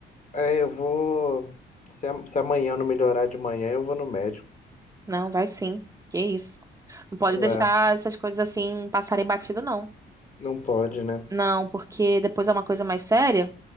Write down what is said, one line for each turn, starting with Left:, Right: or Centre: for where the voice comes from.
Left: Aí eu vou. Se, a- se amanhã não melhorar de manhã, eu vou no médico.
Right: Não, vai sim. Que isso. Não pode
Left: né?
Right: deixar essas coisas assim passarem batido, não.
Left: Não pode, né?
Right: Não, porque depois é uma coisa mais séria.